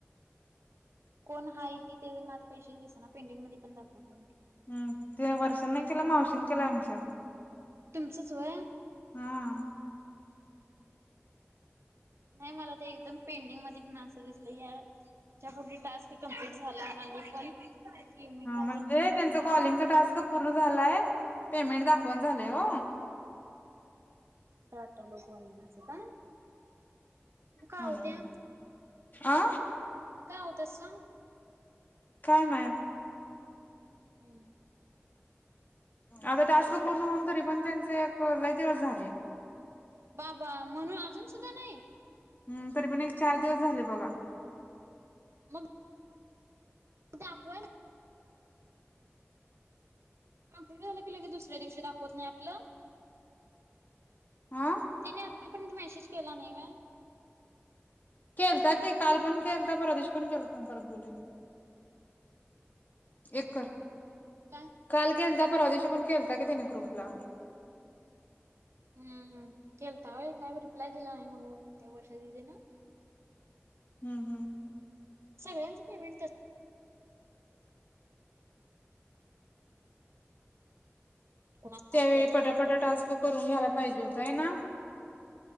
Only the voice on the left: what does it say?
हम वर्षां नाही केलं मावशीने केल्या आमच्या...
हा...
हा
म्हणजे
त्यांच कॉलिंगचा टास्क पूर्ण झालाय पेमेंट दाखवन झालंय हो...
म्हणुन
आ....
काय नाय....
आता टस्क पूर्ण होऊन तरी पण त्यांचे एक लय दिवस झाले...
हम तरी पण एक चार
दिवस झाले बघा..
आा...
केलता की काल पण केलता पर्वा दिशी पण केलता परत बोले... एक कर
काल केलता परवा दिवशी पण केलता कि तिने ग्रुपला....
हम्म हम्...
त्यावेळी पटापट टास्क करून घ्यायला पाहिजे होता आहे ना